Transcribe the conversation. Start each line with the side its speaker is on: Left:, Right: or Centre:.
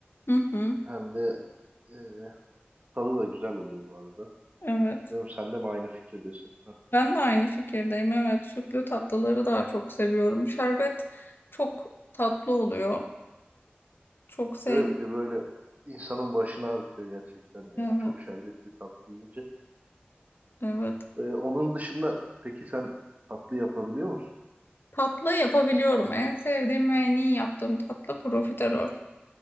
Left: Hı hı.
Right: hem de e, tadı da güzel oluyor bu arada.
Left: Evet.
Right: Bilmiyorum sen de mi aynı fikirdesin? Hah.
Left: Ben de aynı fikirdeyim. Evet, sütlü tatlıları daha çok seviyorum. Şerbet çok tatlı oluyor. Çok sev.
Right: Evet böyle insanın başını ağrıtıyor gerçekten. Yani
Left: Evet,
Right: çok şerbetli tatlı yiyince.
Left: evet.
Right: Ee, onun dışında peki sen tatlı yapabiliyor musun?
Left: Tatlı yapabiliyorum. En sevdiğim ve en iyi yaptığım tatlı profiterol.